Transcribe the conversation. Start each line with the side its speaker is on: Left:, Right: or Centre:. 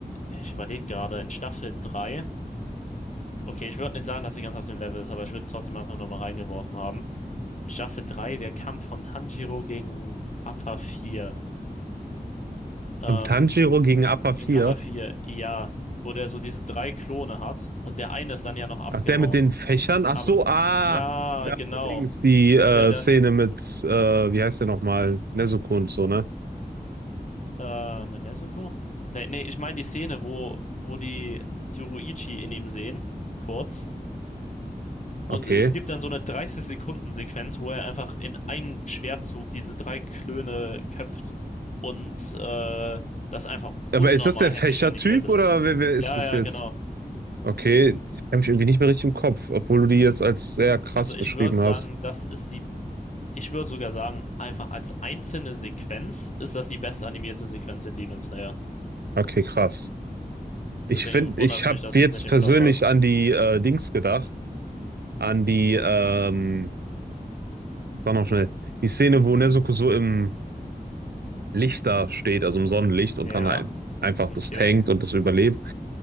Left: ich überlege gerade, in Staffel 3, okay, ich würde nicht sagen, dass sie ganz auf dem Level ist, aber ich würde es trotzdem einfach nur mal reingeworfen haben. In Staffel 3 der Kampf von Tanjiro gegen Appa vier, Ähm,
Right: Und Tanjiro gegen Appa 4.
Left: gegen Appa vier, ja, wo der so diese drei Klone hat. Und der eine ist dann ja noch abgehauen.
Right: Ach, der mit den Fächern? Ach
Left: Aber
Right: so, ah!
Left: ja, genau.
Right: Dings, die
Left: Wo
Right: äh,
Left: der dann,
Right: Szene mit, äh, wie heißt der nochmal? Nezuko und so, ne?
Left: Äh, mit Nezuko? Nee, nee, ich meine die Szene, wo, wo die Yoruichi in ihm sehen, kurz. Und
Right: Okay.
Left: es gibt dann so eine dreißig sekunden sequenz wo er einfach in einen Schwertzug diese drei Klöne köpft und äh, das einfach
Right: Aber
Left: unnormal
Right: ist das der Fächertyp
Left: heftig animiert ist.
Right: oder wer, wer ist
Left: Ja,
Right: das
Left: ja,
Right: jetzt?
Left: genau.
Right: Okay, ich habe mich irgendwie nicht mehr richtig im Kopf, obwohl du die jetzt als sehr krass
Left: Also ich
Right: beschrieben
Left: würde
Right: hast.
Left: sagen, das ist die, ich würde sogar sagen, einfach als einzelne Sequenz ist das die bestanimierte Sequenz in Demon Slayer.
Right: Okay, krass. Ich
Left: Deswegen
Right: finde,
Left: wundert
Right: ich
Left: es
Right: habe
Left: mich, dass
Right: jetzt
Left: du es nicht im
Right: persönlich
Left: Kopf hast.
Right: an die äh, Dings gedacht, an die, ähm, sag noch schnell, die Szene, wo Nezuko so im Licht da steht, also im Sonnenlicht und
Left: Ja,
Right: dann halt einfach
Left: okay.
Right: das tankt und das überlebt.